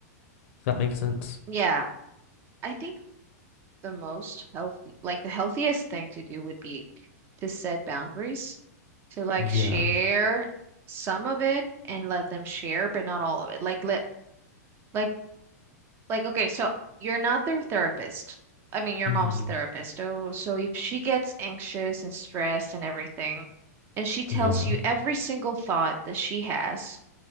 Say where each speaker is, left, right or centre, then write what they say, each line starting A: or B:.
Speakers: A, on the left; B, on the right.
A: Does that make sense?
B: Yeah, I think the most healthy, like the healthiest thing to do would be to set boundaries, to like
A: Yeah.
B: share some of it and let them share, but not all of it. Like let like like okay, so you're not their therapist. I mean, your
A: Mm-hmm.
B: mom's therapist. Oh, so if she gets anxious and stressed and everything, and she tells
A: Yeah.
B: you every single thought that she has,